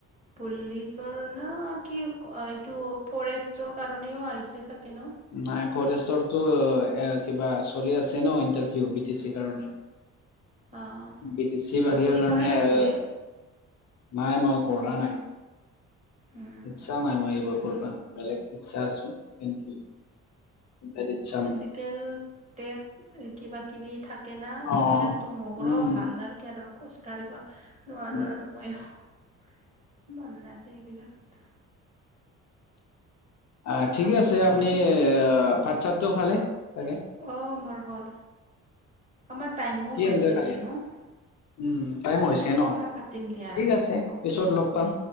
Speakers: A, on the right; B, on the left.
A: পুলিচৰ না কি ক- অ'- এইটো ফৰেষ্টৰ কাৰণেও আহিছে চাগে ন'
B: নাই, ফৰেষ্টৰতো এ- কিবা চলি আছে ন' ইণ্টাৰভিউ, বি টি চিৰ কাৰণে।
A: অঁ
B: বিদেশী বাহিৰ
A: আপুনি
B: কাৰণে
A: কৰা নাছিলে
B: অ' নাই, মই কৰা নাই।
A: অঁ
B: ইচ্ছা নাই মোৰ এইবোৰ কৰবা। বেলেগ ইচ্ছা আছে কিন্তু ইয়াত ইচ্ছা
A: ফিজিকেল
B: নাই।
A: টেষ্ট কিবা-কিবি থাক কেনা,
B: অ
A: সেইবিলাকতো মোৰো
B: উম
A: ভাল নালগে আৰু। খোজকাঢ়িবা নোৱাৰোঁ
B: উম
A: আৰু ময়ো। মন নাযায় এইবিলাক।
B: অ' ঠিকে
A: ভাগদৌৰ
B: আছে।
A: কৰি
B: আপুনি
A: আছে
B: অ'- ভাত-চাতটো খালে চাগে?
A: অঁ মোৰ হ'ল। আমাৰ টাইমো
B: কি
A: হৈছে
B: আঞ্জা খালে?
A: দে ন'?
B: উম, টাইম
A: পিছত
B: হৈছে
A: কথা
B: ন'?
A: পাতিম দে আৰু
B: ঠিক আছে।
A: অ'কে
B: পিছত লগ পাম।
A: দে